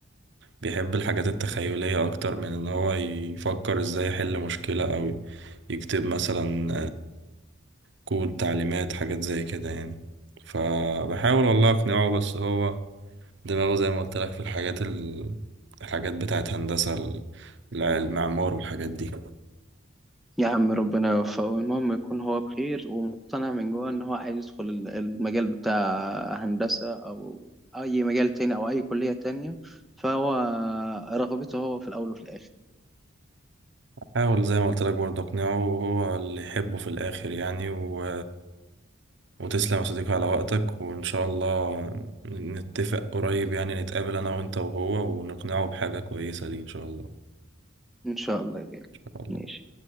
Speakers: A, on the right (about 55°); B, in the centre.
A: بيحب الحاجات التخيلية أكتر من إن هو يفكر إزاي يحل مشكلة أو يكتب مثلا كود تعليمات حاجات زي كده يعني فبحاول والله أقنعه بس هو دماغه زي ما قلت لك في الحاجات ال... الحاجات بتاعت هندسة ال- الع- المعمار والحاجات دي
B: يا عم ربنا يوفقه المهم يكون هو بخير ومقتنع من جوه ان هو عايز يدخل ال- المجال بتاع هندسة او اي مجال تاني او اي كلية تانية فهو رغبته هو في الاول وفي الاخر
A: حاول زي ما قلت لك برضه أقنعه وهو اللي يحبه في الآخر يعني و... وتسلم يا صديقي على وقتك وإن شاء الله نتفق قريب يعني نتقابل أنا وأنت وهو ونقنعه بحاجة كويسة ليه إن شاء الله
B: ان شاء الله يا غالي.
A: إن شاء الله
B: ماشي